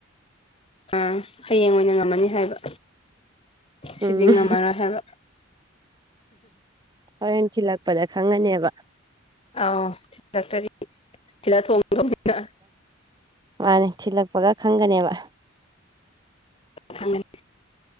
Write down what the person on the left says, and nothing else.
ꯑꯥ ꯍꯌꯦꯡ ꯑꯣꯏꯅ ꯉꯝꯃꯅꯤ ꯍꯥꯏꯕ ꯁꯤꯗꯤ
ꯉꯝꯃꯔꯣꯏ ꯍꯥꯏꯕ
ꯑꯥꯎꯥꯛꯇꯔꯤ ꯁꯤꯤꯗ ꯊꯣꯡ ꯊꯣꯡꯅꯤꯅ
ꯈꯪꯒꯅꯤ